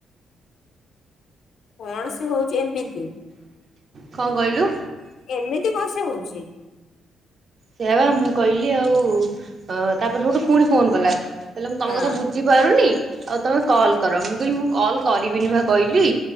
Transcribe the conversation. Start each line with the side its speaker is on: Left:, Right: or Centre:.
Left: କଣ ସେ ହଉଛି ଏମିତି।
Right: କଣ କହିଲୁ?
Left: ଏମିତି କଣ ସେ ହଉଛି?
Right: ସେଆ ବା ମୁଁ କହିଲି ଆଉ ଅ ତାପରେ ଠୁ ଫୁଣି ଫୋନ କଲା କହିଲା ମୁଁ ତମ
Left: ହଁ
Right: କଥା ବୁ ବୁଝିପାରୁନି ଆଉ ତମେ କଲ୍ କର ମୁଁ କହିଲି ମୁଁ କଲ କରିବିନି ବା କହିଲି।